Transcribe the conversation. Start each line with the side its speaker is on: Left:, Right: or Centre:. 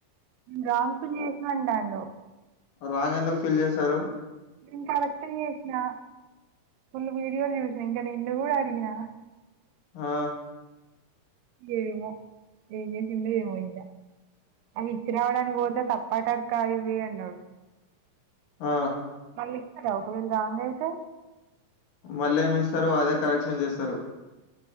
Right: రాంగ్ ఫిల్ చేసినవ్ అంటాండు
Left: రాంగ్ ఎందుకు ఫీల్ చేశారు
Right: నేను కరెక్ట్ ఏ చేసినా ఫుల్ వీడియోలు చూసిన ఇంకా నిన్ను గూడా అడిగిన
Left: ఆ
Right: ఏమో ఏం చేసిందో ఏమో ఇంగ అవి ఇచ్చి రావడానికి పోతే తప్పటక్క ఇవి అన్నాడు
Left: ఆ
Right: మళ్ళీ ఇస్తారా ఒకవేళ రాంగయితే
Left: మళ్ళ ఏమి ఇస్తారు అదే కరెక్షన్ చేస్తారు